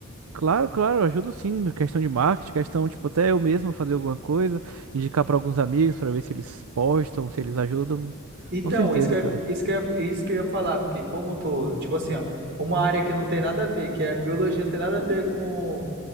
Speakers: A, on the right (about 80°); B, on the right (about 55°).
A: Claro, claro, eu ajudo sim, questão de marketing, questão, tipo, até eu mesmo fazer alguma coisa, indicar pra alguns amigos pra ver se eles postam, se eles ajudam.
B: Então,
A: Com certeza,
B: isso que, eu-
A: cara.
B: isso que, eu- isso que eu ia falar, porque como eu tô, tipo assim, ó, uma área que não tem nada a ver, que é a biologia, não tem nada a ver com,